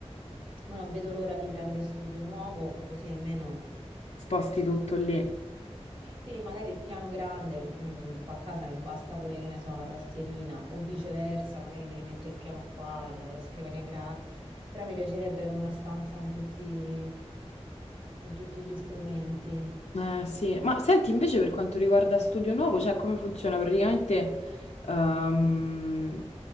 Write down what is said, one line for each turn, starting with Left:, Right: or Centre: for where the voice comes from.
Right: Ma non vedo l'ora di prendere studio nuovo, così almeno...
Left: Sposti tutto lì.
Right: Sì, magari il piano grande perché mi- qua a casa mi basta pure, che ne so, la tastierina o viceversa, magari mi rimetto il piano qua, mi lavo la scrivania grande, però mi piacerebbe avere una stanza con tutti, con tutti gli strumenti.
Left: Eh, sì, ma senti invece per quanto riguarda Studio Nuovo, cioè come funziona praticamente? ehm,